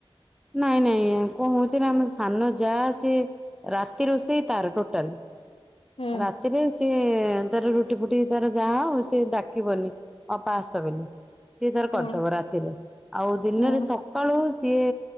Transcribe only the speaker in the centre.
ନାଇଁ ନାଇଁ କଣ ହଉଛି ନା ଆମ ସାନ ଯାହା ସି ରାତି ରୋଷେଇ ତାର ଟୋଟାଲ
ରାତିରେ ସିଏ ତାର ର ଫୁଟି ଫୁଟି ତାର ଯାହା ହଉ ସେ ଡାକିବନି ଅପା ଆସବନି ସିଏ ତାର
କରିଦବ ରାତିରେ ଆଉ ଦିନରେ
ସକଳୁ ସିଏ